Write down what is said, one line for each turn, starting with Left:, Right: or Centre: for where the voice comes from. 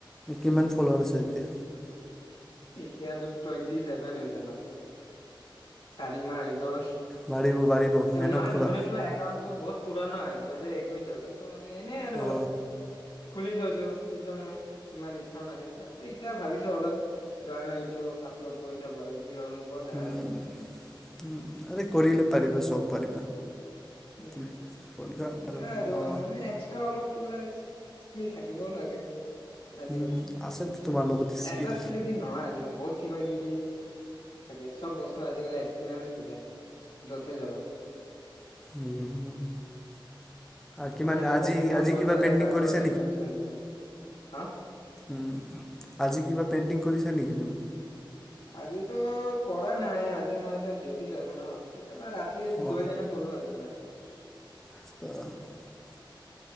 Centre: কিমান ফ'লয়াৰ'আছে।
Left: এতিয়াতো টুৱেণ্টি চেভেন হৈছে মাত্ৰ। চাৰিমাহ হৈ গ'ল
Centre: বাঢ়িব বাঢ়িব মেহনত
Left: নহয়
Centre: কৰা
Left: মোৰ এইটো একাউন্টটো বহুত পুৰণা হয় দুহেজাৰ এক। শছাৰ কিন্তু মানে এনেই আৰু
Centre: অ
Left: খুলি থৈছো। মোৰ ইমান ইচ্ছাও নাছিল তাৰপিছত এতিয়া ভাবিছো অলপ ড্ৰয়িঙৰ এইটো আপলোড কৰি থাকো আৰু। যি হ'ল হ'ব দেখা
Centre: উম',
Left: যাব
Centre: - উম ', আৰে কৰিলে পাৰিবা চব পাৰিবা।
Left: উম
Centre: তুমি
Left: ',
Centre: কৰিবা
Left: সেইটো আৰু
Centre: অ
Left: মানে এক্সট্ৰা অলপ কিবা স্কিল থাকিবও লাগে আজিকালি
Centre: উম আছেতো তোমাৰ লগত স্কিল
Left: এটা খেলিদি নহয় আজিকালি বহুত কিবা কিবি। এইবে তাকে চব বস্তু আজিকালি এক্সপৰিয়েঞ্চ। যাওতে যাবা।
Centre: <unintelligible> কিমান
Left: তুমি এটা
Centre: আজি
Left: বেছিক কাম
Centre: আজি
Left: কৰিব
Centre: কিবা
Left: যোৱা,
Centre: পেইণ্টিং
Left: তাতেও
Centre: কৰিছা
Left: এক্সপেৰিয়েন্স লাগিব। হা
Centre: উম, আজি কিবা পেইণ্টিং কৰিছা নেকি তুমি?
Left: আজিতো কৰা নাই, আজি মই এতিয়া ডিউটিত আছো ন। এবাৰ ৰাতিত
Centre: অ
Left: গৈ কেনে কৰো আৰু নাইট <inaudible>
Centre: <unintelligible>